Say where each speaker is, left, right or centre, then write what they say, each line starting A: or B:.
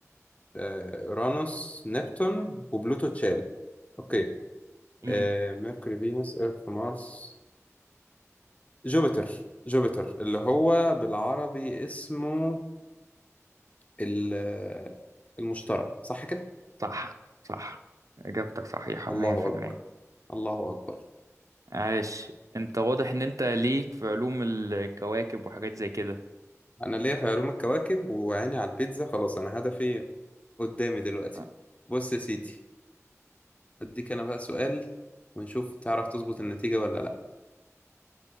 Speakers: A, on the left; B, on the right.
A: آه، اورانوس نبتون وبلوتو اتشال اوكي
B: امم.
A: آه، ميركوري فينوس ايرث مارس جوبيتر جوبيتر اللي هو بالعربي اسمه ال- المشتري صح كده
B: صح صح إجابتك صحيحة
A: الله
B: مية في
A: اكبر
B: المية
A: الله اكبر
B: عاش أنت واضح إن أنت ليك في علوم الكواكب وحاجات زي كده
A: انا ليا في علوم الكواكب وعيني على البيتزا خلاص انا هدفي قدامي دلوقتي
B: آه،
A: بص يا سيدي اديك انا بقى سؤال ونشوف تعرف تظبط النتيجة ولا لا